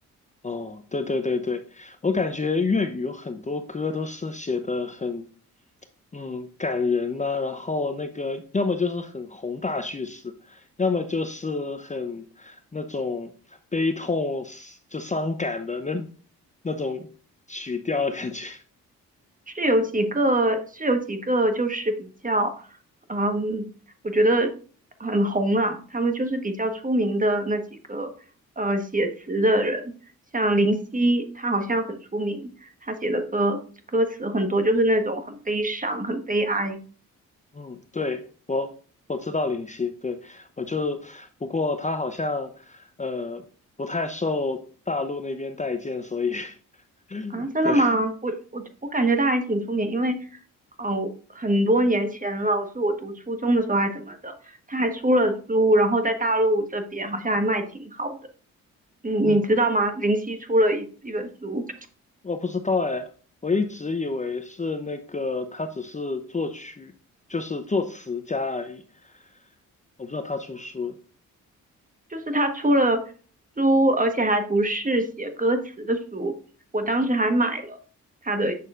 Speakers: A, on the left (about 20°); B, on the right (about 20°).
A: 哦，对对对对，我感觉粤语有很多歌都是写的很。嗯，感人呐、然后那个要么就是很宏大叙事，要么就是很那种悲痛就伤感的那那种曲调的感觉。
B: 是有几个，是有几个，就是比较，嗯，我觉得很红啊。他们就是比较出名的那几个，呃，写词的人，像林夕，他好像很出名，他写的歌歌词很多，就是那种很悲伤、很悲哀
A: <laughs> 嗯，对，我我知道林夕，对，我就不过他好像呃不太受大陆那边待见，所以 <laughs>
B: 啊。真的吗？
A: 对，
B: 我我我感觉他还挺出名，因为哦，很多年前了，是我读初中的时候还怎么的，他还出了书，然后在大陆这边好像还卖挺好的。嗯，
A: 嗯。
B: 你知道吗？林夕出了一一本书，
A: 我不知道哎，我一直以为是那个他只是作曲，就是作词家而已。我不知道他出书了。
B: 就是他出了书，而且还不是写歌词的书。我当时还买了他的